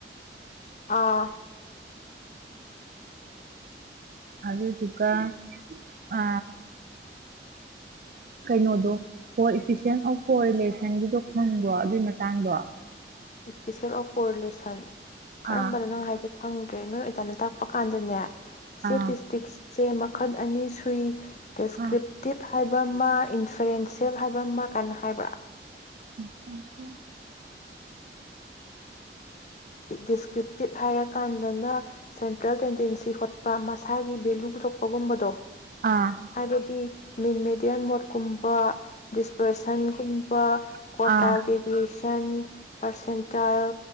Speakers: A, on the left; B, on the right.
A: ꯑꯥ
B: ꯑꯗꯨ ꯊꯀ ꯑ ꯀꯩꯅꯣꯗꯣ ꯀꯣ ꯏꯐꯤꯁꯟ ꯑꯣꯐ ꯀꯣ ꯔꯤꯂꯦꯁꯟꯒꯤꯗꯣ ꯈꯪꯕ꯭ꯔꯣ ꯑꯗꯨꯏ ꯃꯇꯥꯡꯗꯣ
A: ꯏꯁꯄꯤꯁꯦꯜ ꯑꯣꯀꯣꯔꯤꯂꯦꯁꯟ ꯀꯔꯝꯕꯅꯣ
B: ꯑꯥ
A: ꯅꯪ ꯍꯥꯏꯗꯨ ꯐꯪꯗ꯭ꯔꯦ ꯅꯣꯏ ꯑꯣꯖꯥꯅ ꯇꯥꯛꯄ ꯀꯥꯟꯗꯅꯦ ꯁꯦꯇ
B: ꯑꯥ
A: ꯏꯁꯇꯤ ꯆꯦ ꯃꯈꯜ ꯑꯅꯤ ꯁꯨꯏ ꯗꯗꯤꯁꯀ꯭ꯔꯤꯞꯇꯤꯞ
B: ꯑꯥ
A: ꯍꯥꯏꯕ ꯑꯃ ꯏꯟꯐ꯭ꯂꯨꯌꯦꯟꯁꯑꯦꯜ ꯍꯥꯏꯕ ꯑꯃ ꯀꯥꯏꯅ ꯍꯥꯏꯕ꯭ꯔꯥ
B: ꯎ
A: ꯗꯤꯁꯀ꯭ꯔꯤꯞꯇꯤꯞ ꯍꯥꯏꯔꯒ ꯀꯥꯟꯗꯅ ꯁꯦꯟꯇ꯭ꯔꯦꯜ ꯇꯦꯟꯗꯦꯟꯁꯤ ꯍꯣꯠꯄ ꯃꯁꯥꯒꯤ ꯚꯦꯂꯨ ꯄꯨꯊꯣꯛꯄꯒꯨꯝꯕꯗꯣ
B: ꯑꯥ
A: ꯍꯥꯏꯕꯗꯤ ꯃꯤꯟ ꯃꯦꯗꯤꯌꯥꯟ ꯃꯣꯠ ꯀꯨꯝꯕ ꯄꯔꯁꯟ ꯋꯥ
B: ꯑꯥ
A: ꯀꯇꯥ ꯦꯕꯤꯁ ꯇꯦꯟ ꯄꯥꯔꯁꯦꯟꯇꯥꯏꯜ